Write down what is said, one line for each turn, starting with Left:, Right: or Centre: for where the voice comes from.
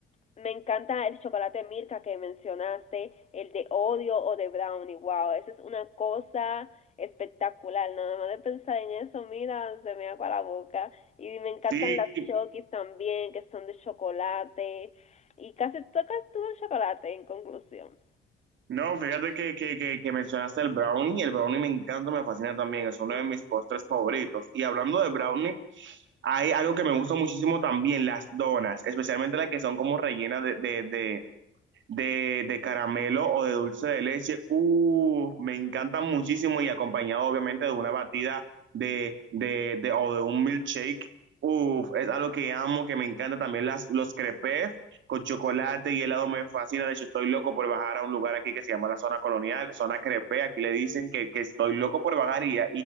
Left: me encanta el chocolate Mirka que mencionaste, el de odio o de brownie, wow, esa es una cosa espectacular, nada más de pensar en eso, mira, se me agua la boca. Y me encantan
Right: Sí,
Left: las chokis también, que son de chocolate, y casi tocas todo el chocolate en conclusión.
Right: No, fíjate que, que, que, que mencionaste el brownie, el brownie me encanta, me fascina también, es uno
Left: Sí,
Right: de mis postres favoritos. Y hablando de brownie, hay algo que me gusta muchísimo también, las donas, especialmente las que son como rellenas de, de, de, de, de caramelo o de dulce de leche. Uh, me encantan muchísimo y acompañado obviamente de una batida de, de, de o de un milkshake. Uf, es algo que amo, que me encanta también las, los crepes con chocolate y helado me fascina. De hecho, estoy loco por bajar a un lugar aquí que se llama la zona colonial, zona crepe. Aquí le dicen que, que estoy loco por bajar y, y,